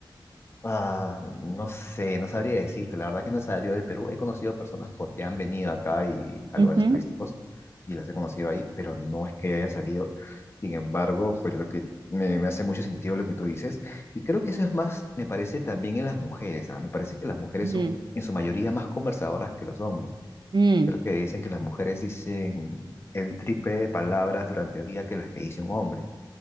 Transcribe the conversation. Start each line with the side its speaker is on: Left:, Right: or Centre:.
Left: Ah, no sé, no sabría decirte. La verdad que no he salido del Perú. He conocido personas porque han venido acá y a
Right: Ujú,
Left: lugares turísticos y las he conocido ahí, pero no es que yo haya salido. Sin embargo, pues lo que me, me hace mucho sentido lo que tú dices. Y creo que eso es más, me parece también en las mujeres, ¿ah? Me parece que las mujeres
Right: ujú.
Left: son en su mayoría más conversadoras que los hombres.
Right: Mm.
Left: Creo que dicen que las mujeres dicen el triple de palabras durante el día que las que dice un hombre.